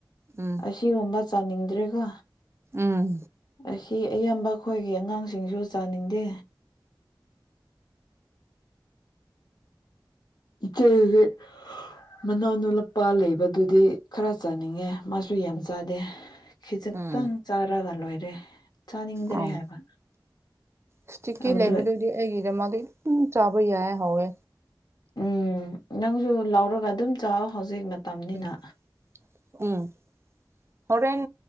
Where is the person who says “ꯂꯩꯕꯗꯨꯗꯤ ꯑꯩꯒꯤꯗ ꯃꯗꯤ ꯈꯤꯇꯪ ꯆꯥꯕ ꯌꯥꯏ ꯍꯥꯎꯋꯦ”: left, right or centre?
Right